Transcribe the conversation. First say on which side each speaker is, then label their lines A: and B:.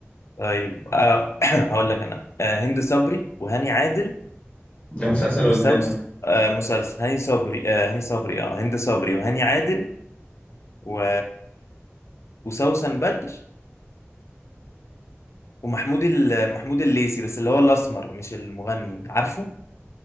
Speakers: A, on the left; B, on the left.
A: طيب آه <clears throat> هقول لك انا آه هند صبري وهاني عادل
B: ده مسلسل
A: وسوس
B: ولا فيلم ولا
A: آه مسلسل هاني صبري آه هاني صبري اه هند صبري وهاني عادل و وسوسن بدر ومحمود ال... محمود الليثي بس اللي هو الاسمر مش المغني عارفه